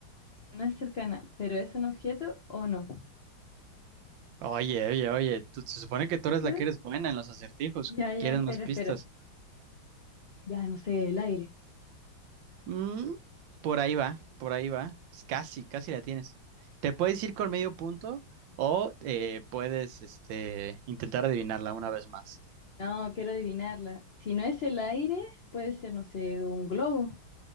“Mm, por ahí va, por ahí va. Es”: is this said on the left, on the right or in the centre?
Right